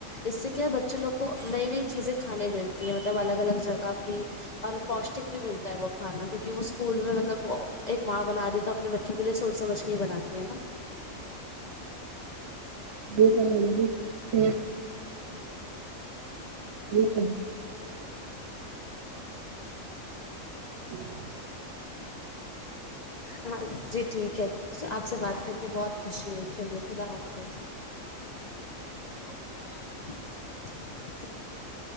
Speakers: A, on the left; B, on the right.
A: اس سے کیا ہے بچوں لوگ کو نئی نئی چیزیں کھانے ملتی ہیں مطلب الگ الگ جگہ کی اور پ بھی ملتا ہے وہ کھانا کیونکہ وہ اسکول میں مطلب ایک ماں بناتی ہے تو اپنے بچوں کے لیے سوچ سمجھ کے ہی بناتی ہے نا
B: یہ کر آ بھی <inaudible> ہوں <inaudible>
A: ہاں جی ٹھیک ہے آپ سے بات کر کے بہت خوشی ہو چلیے خدا حافظ ھم <unintelligible>